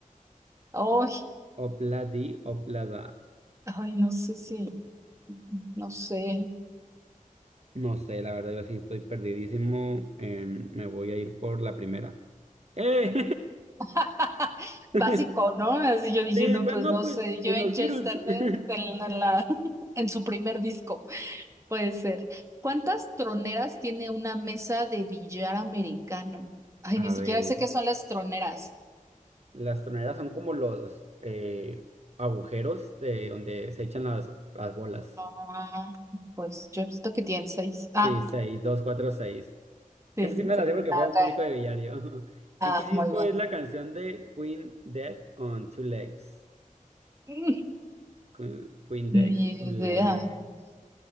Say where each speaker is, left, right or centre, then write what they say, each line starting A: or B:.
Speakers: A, on the right; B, on the right.
A: ¡Ay!
B: obladi, oblada.
A: ¡Ay! No sé si, no sé.
B: No sé, la verdad, yo sí estoy perdidísimo. en- me voy a ir por la primera. ¡Eh!
A: <laughs>
B: <laughs>
A: Básico, ¿no? Así yo dije,
B: Sí,
A: no,
B: pues
A: pues
B: no,
A: no
B: pues
A: sé. Yo
B: en
A: en
B: los
A: Chester,
B: Beatles. <laughs>
A: de- de la- en la- <laughs> en su primer disco, puede ser. ¿Cuántas troneras tiene una mesa de billar americano? Ay,
B: A
A: ni siquiera
B: ver,
A: sé qué son las troneras.
B: las troneras son como los eh, agujeros de donde se echan las, las bolas.
A: Ah, pues yo he visto que tienen seis.
B: Sí,
A: Ah,
B: seis, dos, cuatro, seis.
A: Sí,
B: Esa sí me
A: sí.
B: la sé porque
A: ah,
B: juego
A: ok.
B: un poquito de billar yo. <laughs>
A: Ah,
B: ¿En qué disco
A: muy bien.
B: es la canción de Queen Dead on Two Legs?
A: <laughs>
B: Que- Queen Dead,
A: Mm, Ni
B: Two
A: idea.
B: Legs.